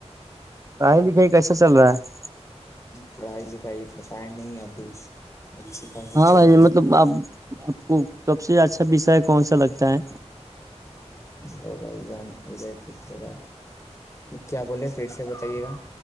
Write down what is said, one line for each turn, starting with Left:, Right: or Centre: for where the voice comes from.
Right: پڑھائی لکھائی کیسا چل رہا ہے
Left: پڑھائی لکھائی پتہ ہے نہیں ابھی اچھی خاصی
Right: ہاں
Left: چل
Right: بھائی
Left: رہی
Right: مطلب
Left: ہے
Right: آپ آپ کو سب سے اچھا کون سا لگتا ہے
Left: تو بھائی جان ادھر سے تھوڑا کیا بولے پھر سے بتائیے گا